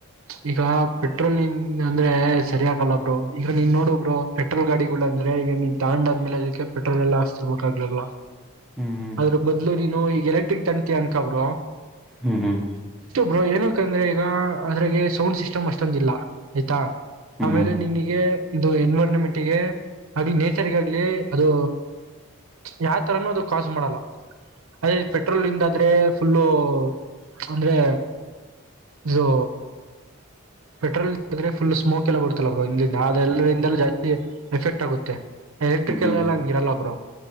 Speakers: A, on the right (about 75°); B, in the centre.
A: ಈಗ ಪೆಟ್ರೋಲ್ನ್ ಅಂದ್ರೆ ಸರಿ ಆಗಲ್ಲ ಬ್ರೋ ಈಗ ನೀನ್ ನೋಡು ಬ್ರೊ ಪೆಟ್ರೋಲ್ ಗಾಡಿಗಳ ಅಂದ್ರೆ ಈಗ ನೀನ್ ತಾಂಡಾದ್ಮೇಲೆ ಅದಕ್ಕೆ ಪೆಟ್ರೋಲ್ ಎಲ್ಲಾ ಅಸ್ತಿರ್ಬೇಕಾಗ್ಲಲ್ಲ
B: ಹ್ಮ್ ಹ್ಮ್
A: ಆದ್ರ ಬದಲು ನೀ ಇ ಈಗ ಎಲೆಕ್ಟ್ರಿಕ್ ತಂತಿ ಅನ್ಕಬರು
B: ಹ್ಮ್ ಹ್ಮ್
A: ಬ್ರೋ ಏನಕ್ಕಂದ್ರೆ ಈಗ ಅದ್ರಗೆ ಸೌಂಡ್ ಸಿಸ್ಟಮ್ ಅಷ್ಟೊಂದ ಇಲ್ಲ ಆಯ್ತಾ ಆಮೇಲೆ
B: ಹ್ಮ್
A: ನಿನಗೆ ಇದು ಎನ್ವಿರಾನ್ಮೆಂಟ್ ಗೆ ಆಗ್ಲಿ ನೇಚರ್ಗ ಆಗ್ಲಿ ಅದು ಯಾವ ತರಾನ ಅದು ಕಾಸು ಮಾಡಲ್ಲ ಅದೇ ಪೆಟ್ರೋಲಿಂದಾದ್ರೆ ಫುಲ್ಲು ಅಂದ್ರೆ ಇದೂ ಪೆಟ್ರೋಲ್ ಇದ್ರೆ ಫುಲ್ ಸ್ಮೋಕ್ ಎಲ್ಲ ಬರುತಲ್ಲ ಬ್ರೋ ಇಲ್ಲಿಂದ ಅದೆಲ್ಲರಿಂದಲ ಜಾಸ್ತಿ ಎಫೆಕ್ಟ್ ಆಗುತ್ತೆ ಎಲೆಕ್ಟ್ರಿಕಲ್
B: ಹ್ಮ್ ಹ್ಮ್
A: ಎಲ್ಲ ಹಂಗಿರಲ್ಲ ಬ್ರೋ